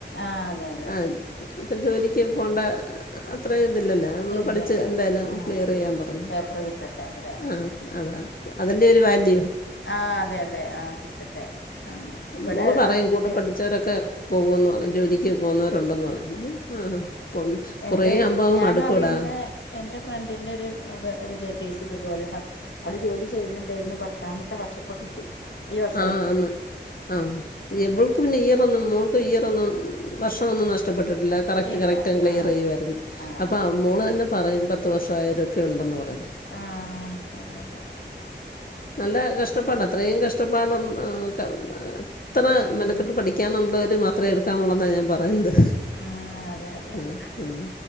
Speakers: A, on the left (about 85°); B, on the left (about 50°).
A: ആഹ് അതെ അതെ
B: ആഹ ഇപ്പം ജോലിക്ക് പോകേണ്ട അത്രയും ഇതില്ലല്ലോ നമ്മൾ
A: ഇല്ലല്ല
B: പഠിച്ച് എന്തായാലും
A: ആഹ്
B: ക്ലിയർ ചെയ്യാൻ പറഞ്ഞു
A: പേപ്പർ കിട്ടട്ടെന്നല്ലേ
B: ആഹ് ഓക്കെ, അതാ അതെല്ലേ ഒരു വാല്യു,
A: ആഹ് അതെ അതെ ആഹ് കിട്ടട്ടെ ആഹ് ഇവിടെ
B: മോള് പറയും
A: അടുത്തത്
B: കൂടെ പഠിച്ചവരൊക്ക, പോവൂന്ന് പറയും ജോലി ക്ക് പോകുന്നവരുണ്ടെന്ന് പറയും, ആഹ്, പോന്ന്
A: എന്റെ
B: കുറേ ആമ്പോ
A: ഞാൻ
B: മടുക്കുംടാ,
A: അറിയുന്ന എന്റെ ഫ്രണ്ടിന്റെ ഒരു, റിലേറ്റീവ്സ് ഇതുപോലെ അവിടെ ജോലി ചെയ്യുന്നുണ്ടായിരുന്നു പത്താമത്തെ വർഷപ്പ കിട്ടി. ഈ വർഷ
B: ആഹ്
A: കിട്ടിയത്
B: ആന്ന്, ആഹ്, വെൾക്ക് പിന്നെ ഇയറൊന്നും മോൾക്ക് ഇയറൊന്നും വർഷമൊന്നും നഷ്ടപ്പെട്ടിട്ടില്ല, കറക്റ്റ്
A: ഇല്ല
B: കറക്റ്റ് ക്ലിയർ
A: ആഹ്
B: ചെയ്യായിരുന്നു
A: ആഹ്
B: അപ്പോൾ ആഹ മോള് തന്നെ പറയും പത്ത് വർഷംമായവരൊക്കെ ഉണ്ടെന്ന് പറ
A: ആഹ് അതെ അതെ
B: നല്ല കഷ്ടപ്പാടാ ത്രേയ് കഷ് കഷ്ടപ്പാടൊന്ന് <unintelligible> ആഹ്, ത്ര
A: ഉം
B: മെനക്കെട്ട് പഠിക്കന്നുള്ളവര് മാത്രമേ എടുക്കാമുള്ളൂന്നാണ് ഞാൻ പറയുന്നത്,
A: ഉം അതെ, അതെ,
B: ഉം,
A: വിടെ
B: ഉം,